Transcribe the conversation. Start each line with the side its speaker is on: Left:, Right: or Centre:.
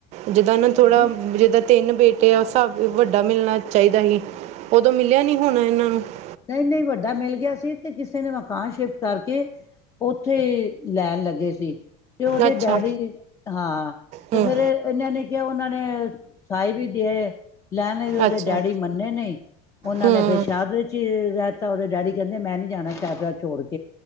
Right: ਜਿੱਦਾਂ ਨਾ
Left: ਹਾਂਜੀ
Right: ਥੋੜਾ ਜਿੱਦਾਂ ਤਿੰਨ ਬੇਟੇ ਆ ਸਭ ਵੱਡਾ ਮਿਲਨਾ ਚਾਹੀਦਾ ਸੀ ੳਦੋਂ ਮਿਲਿਆ ਨੀ ਹੋਨਾ ਏਨਾਂ ਨੂੰ ਤੇ
Left: ਨਈ ਨਈ ਵੱਡਾ ਮਿਲ ਗਿਆ ਸੀ ਤੇ ਕਿਸੇ ਨੇ ਮਕਾਨ ਸ਼ਿਫਟ ਕਰਕੇ ੳਥੇ ਲੈਨ ਲੱਗੇ ਸੀ ਤੇ ੳਦੇ
Right: ਅੱਛਾ
Left: ਡੈਡੀ ਹਾਂ
Right: ਹੂੰ
Left: ਤੇ ਫੇਰ ਏਨਾਂ ਨੇ ਕੈਆ ੳਨਾਂ ਨੇ ਸਾਈ ਵੀ ਦੇ ਆਏ ਲੈ ਲਈ ੳਦੇ
Right: ਅੱਛਾ
Left: ਡੈਡੀ ਮੰਨੇ ਨਈ ੳਨਾਂ
Right: ਹੂੰ
Left: ਨੇ ਫੇਰ ਸ਼ਾਦਰੇ ਚ ਰੈਤਾ ੳਦੇ ਡੈਡੀ ਕੈਂਦੇ ਮੈਂ ਨੀ ਜਾਨਾ ਸਾ਼ਦਰਾ ਛੋੜ ਕੇ।